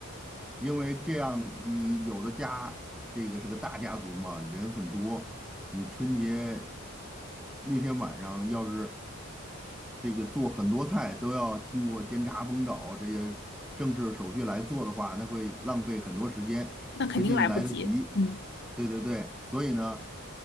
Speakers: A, in the centre; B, on the left.
A: 因为这样，你有的家这个是个大家族嘛，人很多，你春节那天晚上要是这个做很多菜都要通过煎炸烹炒这些正式手续来做的话，那会浪费很多时间，
B: 那肯定来不及，
A: 不一定来得及。
B: 嗯，
A: 对对对，所以呢，